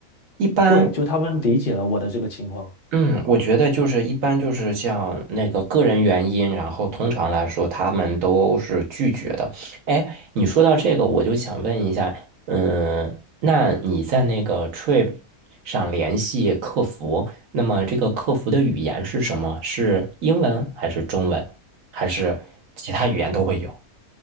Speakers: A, on the right; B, on the left.
A: 一般
B: 对，就他们理解了我的这个情况。
A: 嗯，我觉得就是一般就是像那个个人原因，然后通常来说他们都是拒绝的。哎，你说到这个，我就想问一下，嗯，那你在那个 Trip 上联系客服，那么这个客服的语言是什么？是英文还是中文，还是其他语言都会有？